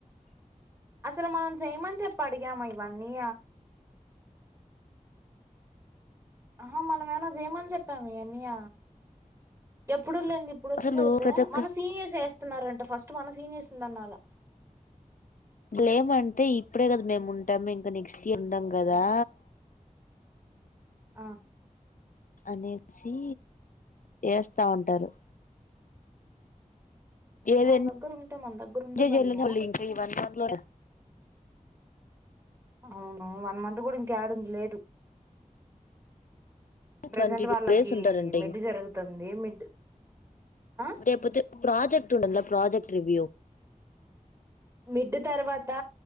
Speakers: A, on the right; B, on the left.
A: అసలు మనం చేయమని చెప్పి అడిగాము ఇవన్నీ ఆహ మనం ఏనా చేయమని చెప్పాము ఇ అన్న్య ఎప్పుడు లేదు ఇప్పుడు వచ్చి
B: అసలు
A: పెడితే
B: ప్రతి ఒక్క
A: మన సీనియర్స్ వేస్తున్నారంట ఫస్ట్ క సీనియర్స్ందాన్నాాల
B: లేమంటే ఇప్పుడే కదా మేము ఉంటాము ఇంకా నెక్స్ట్ ఇయర్ ఉండం కదా
A: ఆ
B: అనేసి చేస్తా ఉంటారు ఏది
A: వాళ్ళ దగ్గర ఉంటే మన దగ్గర
B: ఎంజాయ్
A: ఉండ బల్లే
B: చేయలేని వాళ్ళు ఇంకా ఈ వన్ మంత్ లో
A: అవును వన్ మంత్ కూడా ఇంకాేడంది లేదు ప్రజెంట్
B: ట్వంటీ టూ
A: వాళ్ళకి
B: డేస్ ఉంటారంట
A: మిడ్ జరుగుతుంది మిడ్ ఆ
B: అే ఎపోతే ప్రాజెక్ట్ ఉండల ప్రాజెక్ట్ రివ్యూ
A: మిడ్ తర్వాత